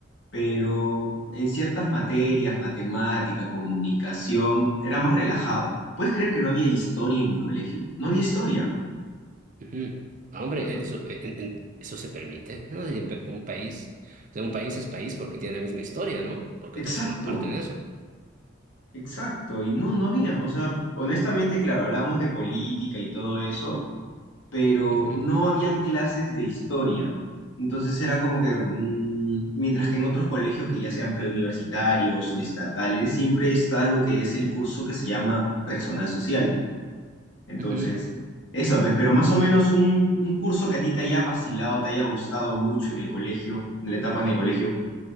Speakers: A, on the left; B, on the right.
A: pero en ciertas materias, matemática, comunicación, era más relajado. ¿Puedes creer que no había historia en mi colegio? No había historia.
B: ujú. Ah, Hombre,
A: Entonces,
B: eso, en- en- eso se permite, ¿no? Y en pe- un país, o sea, un país es país porque tiene la misma historia, ¿no? Porque
A: exacto.
B: todos comparten eso.
A: Exacto, y no, no había, o sea, honestamente, claro, hablábamos de política y todo eso, pero
B: Ujú,
A: no habían clases de historia. Entonces era como que, mm, mientras que en otros colegios que ya sean preuniversitarios o estatales, siempre está lo que es el curso que se llama personal social. Entonces,
B: ujú.
A: eso, pues, pero más o menos un, un curso que a ti te haya vacilado, te haya gustado mucho en el colegio, en la etapa en el colegio.